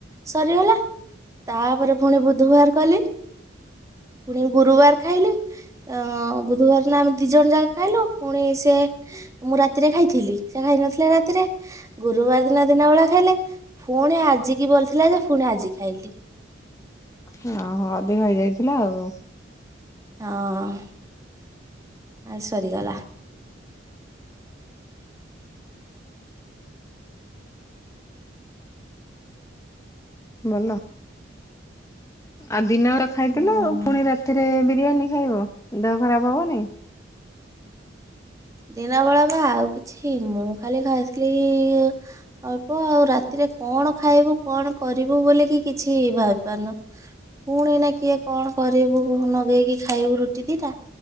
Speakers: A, on the right; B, on the left.
A: ସରିଗଲା ତାପରେ ପୁଣି ବୁଧବାର୍ କଲି। ପୁଣି ଗୁରୁବାର୍ ଖାଇଲେ ଅ ବୁଧବାର୍ ନାଁ ଆମେ ଦି ଜଣ ଯାକ ଖାଇଲୁ ପୁଣି ସେ ମୁଁ ରାତିରେ ଖାଇଥିଲି, ସେ ଖାଇ ନଥିଲେ ରାତିରେ। ଗୁରୁବାର୍ ଦିନ ଦିନ ବେଳା ଖାଇଲେ ପୁଣି ଆଜିିକି ବଳି ଥିଲା ଯେ ପୁଣି ଆଜି ଖାଇଲେ।
B: ହଁ ହଁ ଅଧିକ ହେଇଯାଇଥିଲା ଆଉ।
A: ହଁ ଅ ସରିଗଲା।
B: ଭଲ। ଆଉ ଦିନ ଖାଇଥିଲୁ
A: ହୁଁ
B: ପୁଣି ରାତିରେ ବିରିୟାନୀ ଖାଇବ ଦେହ ଖରାପ ହବନି?
A: ଦିନ ବେଳା ବା ଆଉ କିଛି ମୁଁ ଖାଲି ଖାଇସ୍ ଥିଲି ଇ ଅଳ୍ପ ଆଉ ରାତିରେ କଣ ଖାଇବୁ କଣ କରିବୁ ବୋଲି କି କିଛି ଭାବିପାରନୁ। ପୁଣି ନା କିଏ କଣ କରିବୁ ଲଗେଇକି ଖାଇବୁ ରୁଟି ଦିଟା।